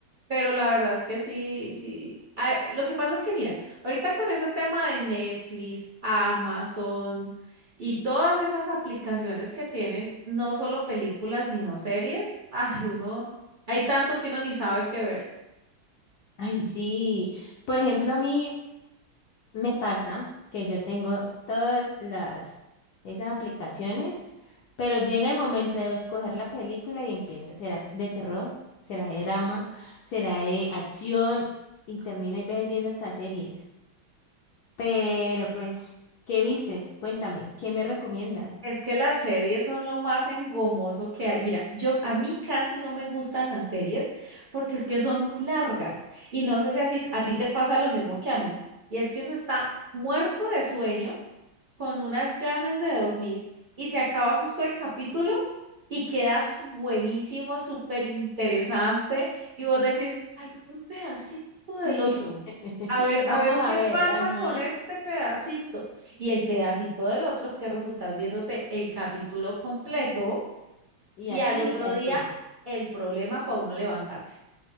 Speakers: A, on the right; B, on the left.
A: Pero la verdad es que sí, sí. A- lo que pasa es que, mira, ahorita con ese tema de Netflix, Amazon y todas esas aplicaciones que tienen, no solo películas, sino series, ay, uno, hay tanto que uno ni sabe qué ver.
B: Ay, sí, por ejemplo, a mí Me pasa que yo tengo todas las esas aplicaciones, pero llega el momento de escoger la película y empiezo. ¿Será de terror? ¿Será de drama? ¿Será de acción? Y termino a veces viendo hasta series. Pero pues, ¿qué vistes? Cuéntame, ¿qué me recomiendas?
A: Es que las series son lo más engomoso que hay. Mira, yo a mí casi no me gustan las series porque es que son muy largas y no sé si así a ti te pasa lo mismo que a mí y es que uno está muerto de sueño con unas ganas de dormir y se acaba justo el capítulo y quedas buenísimo, súper interesante y vos decís, ay, un pedacito del
B: Sí.
A: otro.
B: <laughs>
A: A ver,
B: Vamos
A: a ver qué
B: a ver,
A: pasa
B: ajá.
A: con este pedacito. Y el pedacito del otro es que resultas viéndote el capítulo completo
B: Y
A: y
B: así,
A: al otro
B: y así.
A: día el problema para uno levantarse.